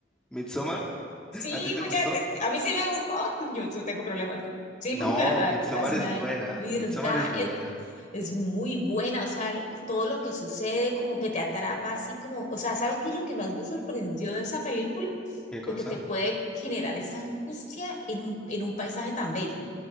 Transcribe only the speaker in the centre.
Midsommar,
¿a ti te
gustó?
No,
Midsommar
es
buena,
Midsommar es buena.
¿Qué cosa?